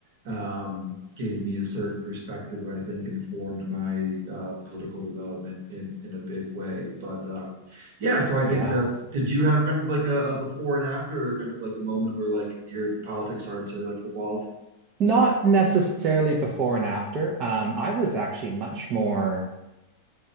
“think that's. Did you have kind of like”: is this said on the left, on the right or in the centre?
Right